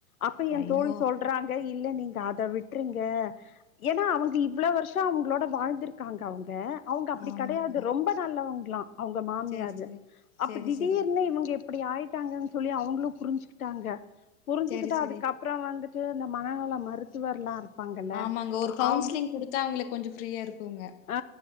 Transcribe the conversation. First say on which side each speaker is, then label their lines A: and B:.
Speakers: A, on the left (about 80°); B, on the left (about 55°).
A: அப்ப எந்தோழி
B: ஐயோ!
A: சொல்றாங்க யில்ல நீங்க அத விட்ருங்க யேன்னா அவங்க இவ்ளவ் வருஷம் அவங்களோட வாழ்ந்திருக்காங்க அவங்க அவங்க அப்டி
B: ஆமாங்க.
A: கெடயாது ரொம்ப நல்லவங்க லாம் அவங்க மாமியாரு
B: சரி, சரி.
A: அப்ப
B: சரி,
A: திடீர்னு
B: சரி.
A: யிவங்க யிப்டி ஆயிட்டாங்கன்னு சொல்லி அவங்களும் புரிஞ்சிகிட்டாங்க புரிஞ்சுகிட்டா
B: சரி, சரி.
A: அதுக்கு அப்றம் வந்து யிந்த மனநல மருத்துவர்லாரு பாங்கல்ல
B: ஆமாங்க. ஒரு கவுன்சிலிங்
A: அ
B: குடுத்தா அவங்களுக்கு கொஞ்சம் ஃப்ரீயா இருக்குங்க.
A: ஹ